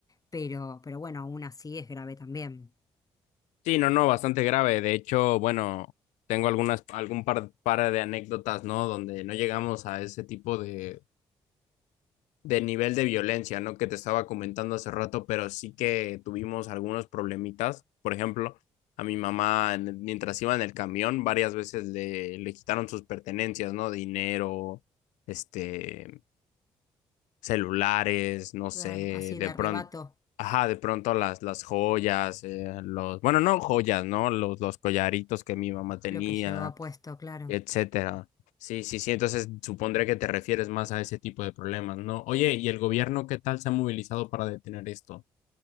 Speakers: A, on the left; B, on the left.
A: pero, pero bueno, aún así es grave también.
B: Sí, no, no, bastante grave. De hecho, bueno, tengo algunas, algún par, par de anécdotas, ¿no? Donde no llegamos a ese tipo de, del nivel de violencia, ¿no? Que te estaba comentando hace rato, pero sí que tuvimos algunos problemitas. Por ejemplo, a mi mamá, en- mientras iba en el camión, varias veces le, le quitaron sus pertenencias, ¿no? Dinero, este, celulares, no sé,
A: Claro, así
B: de
A: de
B: pronto,
A: arrebato
B: ajá, de pronto las, las joyas, eh, los, bueno, no joyas, ¿no? Los, los collaritos que mi mamá tenía
A: lo que llevaba puesto, claro.
B: etcétera. Sí, sí, sí. Entonces supondré que te refieres más a ese tipo de problemas, ¿no? Oye, ¿y el gobierno qué tal se ha movilizado para detener esto?